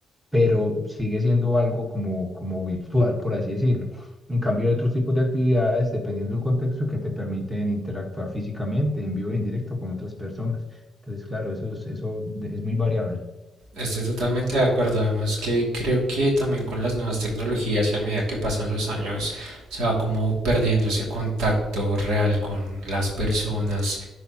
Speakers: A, in the centre; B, on the right (about 80°).
A: pero sigue siendo algo como, como virtual, por así decirlo. En cambio, hay otros tipos de actividades, dependiendo del contexto, que te permiten interactuar físicamente, en vivo y en directo con otras personas. Entonces, claro, eso es, eso de- es muy variable.
B: Estoy totalmente de acuerdo, además que creo que también con las nuevas tecnologías y a medida que pasan los años se va como perdiendo ese contacto real con las personas